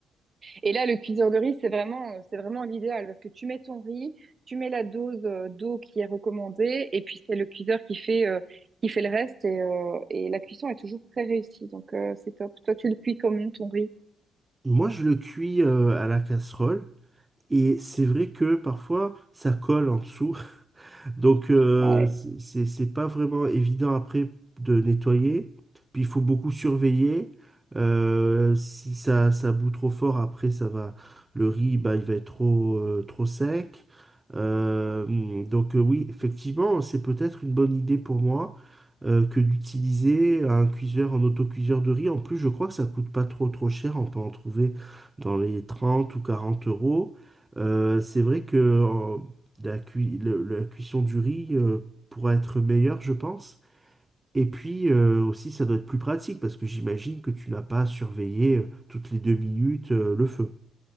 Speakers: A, on the right; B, on the right.
A: Et là, le cuiseur de riz, c'est vraiment, euh, c'est vraiment l'idéal parce que tu mets ton riz, tu mets la dose euh, d'eau qui est recommandée et puis c'est le cuiseur qui fait, euh, qui fait le reste et, euh, et la cuisson est toujours très réussie. Donc, euh, c'est top. Toi, tu le cuis comment ton riz?
B: Moi, je le cuis euh, à la casserole. Et c'est vrai que parfois, ça colle en dessous. <laughs> Donc, euh,
A: Ouais.
B: c'est c'est pas vraiment évident après de nettoyer. Puis, il faut beaucoup surveiller. Euh, si ça, ça bout trop fort, après, ça va. Le riz, bah, il va être trop, euh, trop sec. Euh, donc, euh, oui, effectivement, c'est peut-être une bonne idée pour moi euh, que d'utiliser un cuiseur, un autocuiseur de riz. En plus, je crois que ça coûte pas trop, trop cher. On peut en trouver dans les 30 ou 40 euros. Euh, c'est vrai que euh, la, cui- le- la cuisson du riz euh, pourra être meilleure, je pense. Et puis euh, aussi, ça doit être plus pratique parce que j'imagine que tu n'as pas à surveiller euh, toutes les deux minutes euh, le feu.